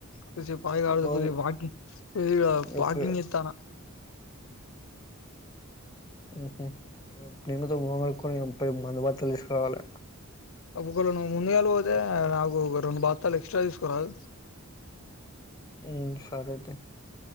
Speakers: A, on the left; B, on the left.
A: కొసేపాగి ఆడుదాం
B: మొహం
A: కొద్దిగ వాకింగ్ కొద్దిగ
B: నొప్పి
A: వాకింగ్ చేత్తనా
B: ఉహు నిమ్మ తో మొఖం కడుక్కోనీయం రేపు మందుబాటల్లు తీసుకురావాలి.
A: ఒకగుణ ను్వు ముందుగాల పోతే నాకు ఒక రెండు బాత్తాలు ఎక్స్ట్రా తీసుకోరాదు
B: ఉ సరే ఐతే